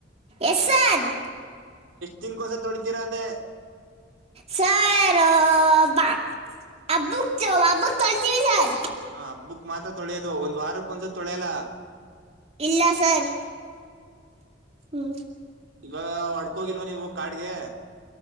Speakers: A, on the right; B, on the right.
A: Yes sir.
B: ತಿನ್ಕೋಸ ತೊಳಿತಿರ ಅಂದೆ.
A: ಸರ್ ಆ ಬ ಹಬ್ಬಕ್ ಹಬ್ಬಕ್ ತೋಳ್ತೀವಿ ಸರ್.
B: ಹ ಹಬ್ಬಕ್ ಮಾತ್ರ ತೊಳ್ಯೋದು ಒಂದ್ ವಾರಕ್ ಒಂದ್ಸತಿ ತೊಳ್ಯಲ.
A: ಇಲ್ಲ ಸರ್. ಹ್ಮ್
B: ಇವಾಗ ಹೊಡ್ಕೋಗಿಲ್ವಾ ನೀವು ಕಾಡ್ಗೆ